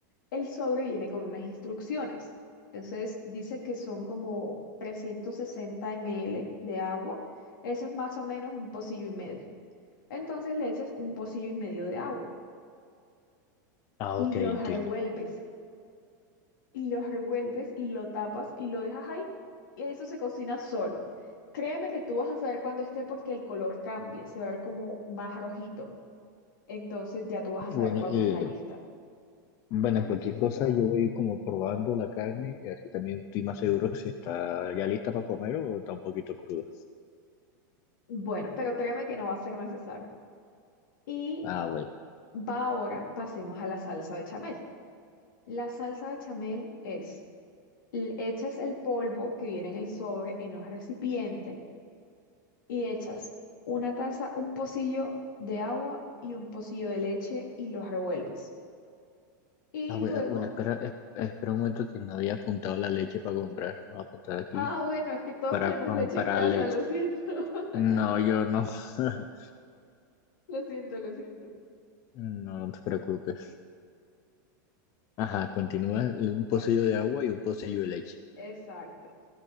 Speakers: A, on the left (about 80°); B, on the left (about 30°).
A: el sobre viene con unas instrucciones. Entonces, dice que son como 360 ml de agua. Eso es más o menos un pocillo y medio. Entonces, le echas un pocillo y medio de agua
B: Ah,
A: y
B: ok,
A: los
B: entiendo.
A: revuelves. y los revuelves y lo tapas y lo dejas ahí y eso se cocina solo. Créeme que tú vas a saber cuando esté porque el color cambia, se va a ver como más rojito. Entonces ya tú vas a
B: Y
A: saber
B: Bueno,
A: cuando
B: eh,
A: está lista.
B: Bueno, cualquier cosa yo Bueno, voy como probando la carne y así también estoy más seguro si está ya lista para comer o está un poquito cruda.
A: Bueno, pero créeme que no va a ser necesario. Y
B: Ah, bueno.
A: va ahora, pasemos a la salsa bechamel. La salsa bechamel es, l- echas el polvo que viene en el sobre en un recipiente y echas una taza, un pocillo de agua y un pocillo de leche y los revuelves. Y
B: Ah, bueno,
A: luego,
B: bueno, espera, es- espera un momento que no había apuntado la leche para comprar. Voy a apuntar aquí
A: ah, bueno, es que todos
B: para
A: tenemos
B: comprar
A: leche en casa,
B: leche.
A: lo siento. <laughs>
B: No, yo no. <laughs>
A: Lo siento, lo siento.
B: No, no te preocupes. Ajá, continúa un
A: Bueno,
B: pocillo de agua y un pocillo de leche.
A: exacto.